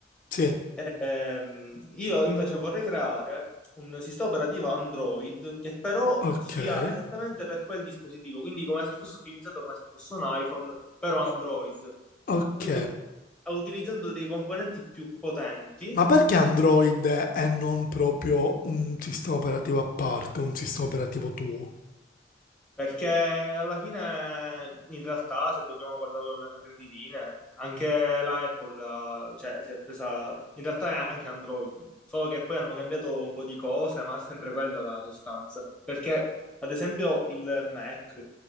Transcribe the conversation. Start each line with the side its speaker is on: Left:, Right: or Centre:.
Left: sì,
Centre: Ehm, io invece vorrei creare un sistema operativo Android che però
Left: ok,
Centre: sia esattamente per quel dispositivo, quindi come se fosse ottimizzato come se fosse un iPhone, però Android.
Left: o- ok.
Centre: Quindi ut- utilizzando dei componenti più potenti
Left: Ma perché Android è non proprio un sistema operativo a parte, un sistema operativo tuo?
Centre: Perché alla fine, in realtà, se dobbiamo guardarlo a grandi linee, anche la Apple, ha- cioè, si è presa, in realtà è anche Android, solo che poi hanno cambiato un po' di cose, ma è sempre quella la sostanza. Perché, ad esempio, il Mac